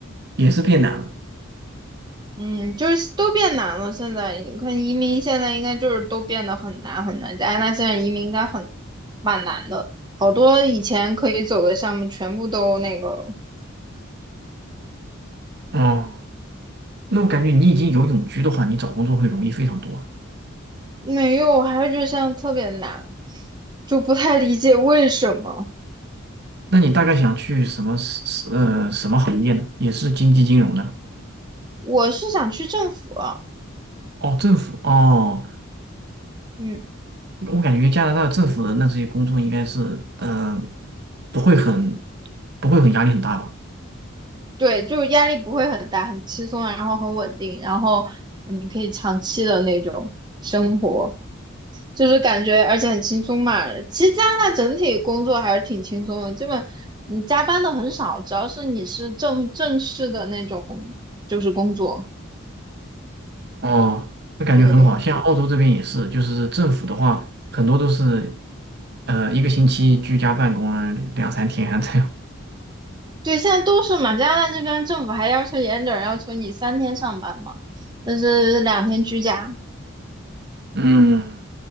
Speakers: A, on the right; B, on the right.
A: 也是变难了。
B: 嗯，就是都变难了。现在你看移民，现在应该就是都变得很难很难。加拿大现在移民应该很蛮难的，好多以前可以走的项目全部都那个
A: 哦。那我感觉你已经有永居的话，你找工作会容易非常多啊。
B: 没有，还是就现在特别难，就不太理解为什么。
A: 那你大概想去什么是呃什么行业呢？也是经济金融的？
B: 我是想去政府啊
A: 哦，政府哦，
B: 嗯，
A: 我感觉加拿大政府的那这些工作应该是嗯、呃不会很不会很压力很大吧？
B: 对，就是压力不会很大，很轻松，然后很稳定，然后你可以长期的那种生活。就是感觉而且很轻松嘛。其实加拿大整体工作还是挺轻松的，基本你加班的很少，只要是你是正正式的那种就是工作。
A: 哦，那感觉很好。
B: 对
A: 像澳洲这边也是，就是政府的话，很多都是呃一个星期居家办公啊，两三天啊这样。
B: 对，现在都是嘛，加拿大这边政府还要求严点儿，要求你三天上班嘛，但是两天居家。
A: 嗯，